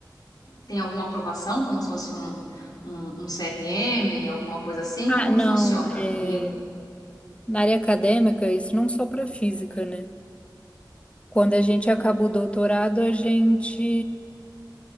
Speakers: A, on the left; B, on the left.
A: tem alguma aprovação, como se fosse um, um, um CRM, alguma coisa assim?
B: ah,
A: Como
B: não.
A: que funciona?
B: é,
A: E,
B: na área acadêmica, isso não só para física, né? Quando a gente acaba o doutorado, a gente